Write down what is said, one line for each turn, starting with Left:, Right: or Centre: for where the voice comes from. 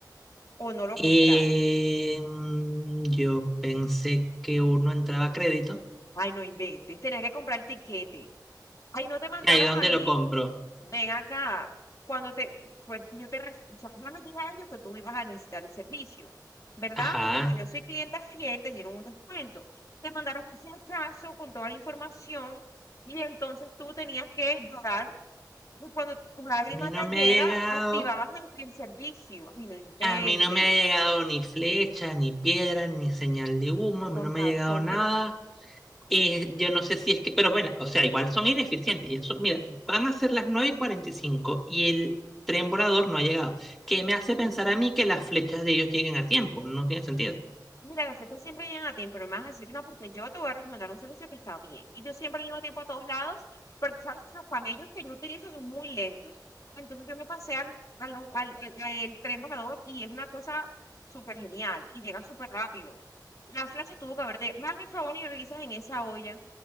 Left: o no lo
Centre: eh,
Left: compraste?
Centre: mm, yo pensé que uno entraba a crédito.
Left: Ay, no inventes. Tenías que comprar tiquete. Ay, no te mandaron
Centre: Ahí donde
Left: ahí.
Centre: lo compro.
Left: Ven acá. Cuando te, pues yo te, re- yo yo les dije a ellos que tú ibas a necesitar el servicio, ¿verdad?
Centre: Ajá.
Left: Y como
Centre: A
Left: yo soy clienta fiel, te dieron un descuento. Te mandaron un flechazo con toda la información y entonces tú tenías que llorar. Y cuando tu lágrima
Centre: mí no
Left: cayera,
Centre: me ha llegado.
Left: activabas el, el servicio. Ay, no inventes.
Centre: A mí no me ha llegado ni flecha, ni piedra, ni señal de humo. A
Left: Con
Centre: mí no me
Left: razón.
Centre: ha llegado nada. Eh, yo no sé si es que, pero bueno, o sea, igual son ineficientes. Ya son, mira, van a ser las 9 y cuarenta y cinco y el tren volador no ha llegado. Que me hace pensar a mí que las flechas de ellos lleguen a tiempo. No tiene sentido.
Left: Mira, las fechas siempre llegan a tiempo, no me vas a decir que no, porque yo te voy a recomendar un servicio que está bien. Y yo siempre llego a tiempo a todos lados, porque sabes que los camellos que yo utilizo son muy lentos. Entonces yo me pasé al, a lo- al, al- al tren volador y es una cosa súper genial y llega súper rápido. La flecha tuvo que haberte... Me hagas el favor y revisas en esa olla